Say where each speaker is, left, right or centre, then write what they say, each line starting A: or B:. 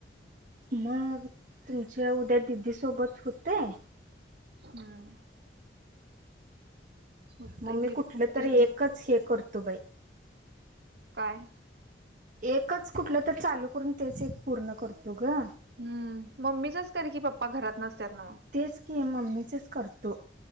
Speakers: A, on the right (about 45°); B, on the right (about 65°).
A: मग तुमचं उद्या दिदीसोबत होतय.
B: हम्म. होतय
A: मग मी कुठलं
B: होतय
A: तरी
B: की
A: एकच हे करतो बाई.
B: काय.
A: एकच कुठलं तर, फोन चालू करून तेच एक पूर्ण करतो ग.
B: हम्म मम्मीचच कर की पप्पा घरात नसत्यात नव.
A: तेच की मम्मीच करतो.